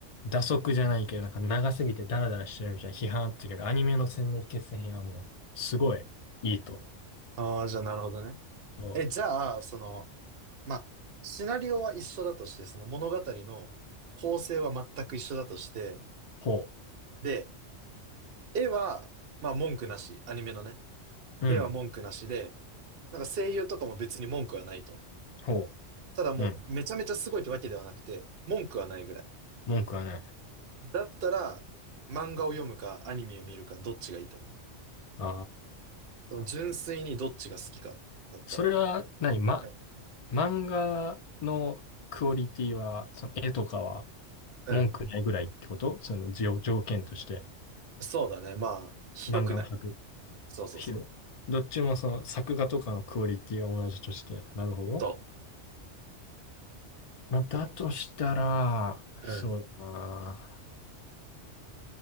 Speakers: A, on the left; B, on the right.
A: 蛇足じゃないけど、なんか長すぎてダラダラしてるみたいな批判あったけど、アニメの千年決戦編はもう、すごいいいと。
B: ああ、じゃあなるほどね。
A: そう。
B: え、じゃあ、その、まあ、シナリオは一緒だとして、その物語の構成は全く一緒だとして、
A: ほ
B: で、絵は、まあ文句なし、アニメのね、
A: う。
B: 絵は文句なしで、
A: うん。
B: なんか声優とかも別に文句はないと。
A: ほ
B: ただもうめちゃめちゃすごいってわけではなくて、
A: う。うん。
B: 文句はないぐらい。
A: 文句はない。
B: だったら、漫画を読むかアニメを見るかどっちがいいと思う。
A: あ
B: その純粋にどっちが好きかだったら。
A: あ。それは何、ま、
B: うん。
A: 漫画のクオリティは、その絵とかは
B: うん
A: 文句ないぐらいってことその条条件として、
B: そうだね。まあ、ひどくない。
A: 漫画の作
B: そうそうそう。
A: ひどどっちもその作画とかのクオリティは同じとして。なるほど。
B: そ
A: まあ、だとしたら、
B: う。
A: そうだな。
B: うん。